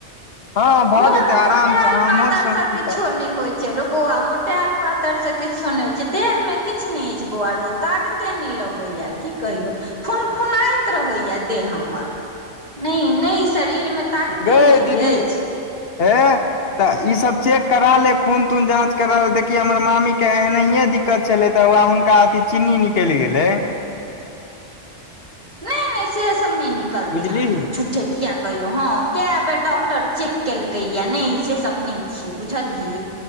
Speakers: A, on the left; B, on the right.
A: हँ भऽ
B: बौआ
A: जेतै
B: रौ मोटायल
A: आरामसँ अहाँ
B: पातर
A: मोट सोंट
B: से
A: छी
B: किछो
A: तऽ
B: होइ छै रो बौआ मोटेल पातर से किछो नहि होइ छै देह मे किछु नहि अछि छै बौआ रो ताग कते नहि लगैया की कहियो फुनफुनाइत रहैया देह हमर नहि नहि शरीरमे तागते
A: गै
B: नहि
A: दीदी
B: अछि
A: हे तऽ ई सब चेक करा ले खून तून जाँ च करल देखी हमर मामी के एनाहियए दिक्कत छले तऽ हुनका अथी चीन्नी निकलि गेलै
B: नहि नहि से सभ नहि निकलतै
A: बुझली
B: हमरा झूठे किए कहियौ हँ कए बेर डॉक्टर चेक केलकैए नहि से सभ नहि छियै बुझलही